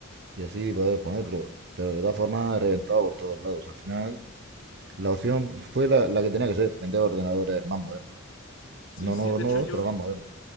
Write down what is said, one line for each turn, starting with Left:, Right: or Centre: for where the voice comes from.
Right: Y así poder ponerlo. Pero de todas formas, reventado por todos lados. Al final, la opción fue la, la que tenía que ser, vender ordenadores más modernos.
Left: Sí,
Right: No
Left: sí,
Right: nuevos,
Left: sí, de
Right: nuevos,
Left: hecho yo,
Right: Sí, pero más sí. modernos.